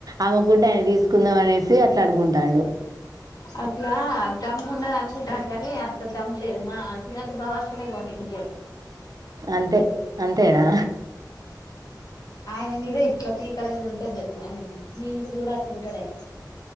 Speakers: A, on the right; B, on the left.
A: అమ్ముకుంటే ఆయన తీసుకుందాం అనేసి అట్లా అనుకుంటాడు
B: అట్లా దమ్ము ఉన్నది అనుకుంటాడు కానీ అంత దమ్ము లేదు మా చరాక బాగా వర్సనే పోనీ అ
A: అంతే అంతేనా
B: ఆయన మీరే ఇట్లా పీకా అళ మీద ఉంటది తెలుసు ఆయనకు మీదికి చూడ అట్ంటాడు ఆయన